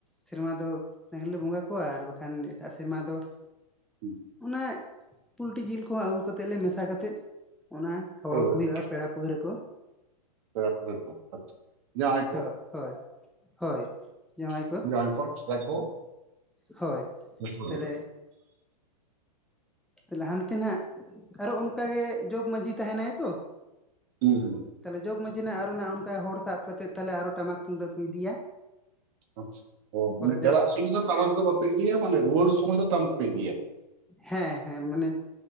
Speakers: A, in the centre; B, on the right (about 50°).
A: ᱥᱮᱨᱢᱟ ᱫᱚ ᱰᱟᱹᱝᱨᱤ ᱞᱮ ᱵᱚᱸᱜᱟ ᱠᱚᱣᱟ ᱟᱨ ᱠᱷᱟᱱ ᱮᱴᱟᱜ ᱥᱮᱨᱢᱟ ᱫᱚ
B: ᱦᱩᱸ
A: ᱚᱱᱟ ᱯᱩᱞᱴᱤ ᱡᱤᱞ ᱠᱚᱦᱚᱸ ᱟᱹᱜᱩ ᱠᱟᱛᱮᱫ ᱞᱮ ᱢᱮᱥᱟ ᱠᱟᱛᱮᱫ ᱚᱱᱟ ᱠᱷᱟᱣᱟᱣ
B: ᱦᱳᱭ
A: ᱠᱚ ᱦᱩᱭᱩᱜᱼᱟ ᱯᱮᱲᱟ ᱯᱟᱹᱦᱲᱟᱹ ᱠᱚ
B: ᱯᱮᱲᱟ ᱯᱟᱹᱲᱦᱟᱹ ᱠᱚ ᱡᱟᱶᱟᱭ
A: ᱦᱳᱭ
B: ᱠᱚ
A: ᱦᱳᱭ ᱦᱳᱭ ᱡᱟᱶᱟᱭ
B: <unintelligible>
A: ᱠᱚ ᱦᱳᱭ
B: ᱡᱚᱛᱚ
A: ᱛᱟᱦᱞᱮ
B: ᱜᱮ
A: ᱛᱟᱦᱞᱮ ᱦᱟᱱᱛᱮ ᱱᱟᱸᱜ ᱟᱨᱚ ᱚᱱᱠᱟᱜᱮ ᱡᱚᱜᱽ ᱢᱟᱹᱡᱷᱤ ᱛᱟᱦᱮᱱᱟᱭ ᱛᱚ
B: ᱦᱩᱸ ᱦᱩᱸ
A: ᱛᱟᱦᱚᱞᱮ ᱡᱚᱜᱽ ᱢᱟᱹᱡᱷᱤ ᱱᱟᱜ ᱟᱨᱚ ᱱᱟᱜ ᱚᱱᱠᱟ ᱦᱚᱲ ᱥᱟᱵ ᱠᱟᱛᱮᱫ ᱛᱟᱦᱞᱮ ᱟᱨᱚ ᱴᱟᱢᱟᱠ ᱛᱩᱢᱫᱟᱹᱜ ᱠᱚ ᱤᱫᱤᱭᱟ
B: <unintelligible>
A: ᱯᱚᱨᱮᱛᱮ
B: ᱪᱟᱞᱟᱜ ᱥᱩᱢᱟᱹᱭ ᱫᱚ ᱴᱟᱢᱟᱠ ᱫᱚ ᱵᱟᱯᱮ ᱤᱫᱤᱭᱟ ᱢᱟᱱᱮ ᱨᱩᱣᱟᱹᱲ ᱥᱩᱢᱟᱹᱭ ᱫᱚ ᱴᱟᱢᱟᱠ ᱯᱮ ᱤᱫᱤᱭᱟ
A: ᱦᱮᱸ ᱦᱮᱸ ᱢᱟᱱᱮ